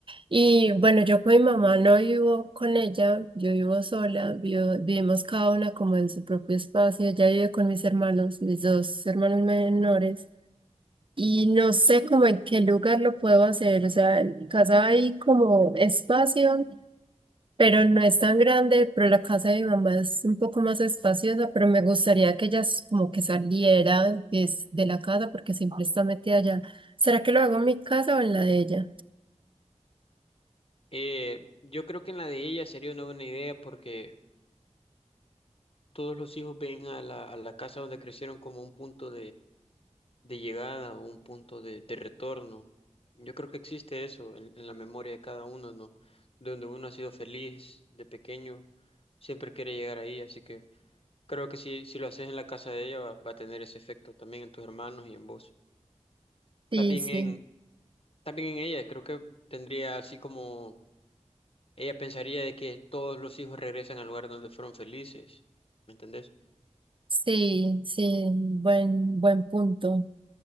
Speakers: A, on the right; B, on the left.
A: Y bueno, yo con mi mamá no vivo con ella, yo vivo sola, vivo- vivimos cada una como en su propio espacio, ella vive con mis hermanos, mis dos hermanos menores. Y
B: Ujú.
A: no sé como en qué lugar lo puedo hacer, o sea, en casa hay como espacio. Pero no es tan grande, pero la casa de mi mamá es un poco más espaciosa, pero me gustaría que ella s- como que saliera des- de, la casa porque siempre está metida allá. ¿Será que lo hago en mi casa o en la de ella?
B: Eh, yo creo que en la de ella sería una buena idea porque todos los hijos ven a la, a la casa donde crecieron como un punto de llegada o un punto de, de retorno. Yo creo que existe eso en, en la memoria de cada uno, ¿no? Donde uno ha sido feliz de pequeño, siempre quiere llegar ahí, así que creo que si, si lo haces en la casa de ella va, va a tener ese efecto también en tus hermanos y en vos.
A: Sí,
B: También
A: sí,
B: en, también en ella, creo que tendría así como ella pensaría de que todos los hijos regresan al lugar donde fueron felices, ¿me entendés?
A: sí, sí, buen, buen punto.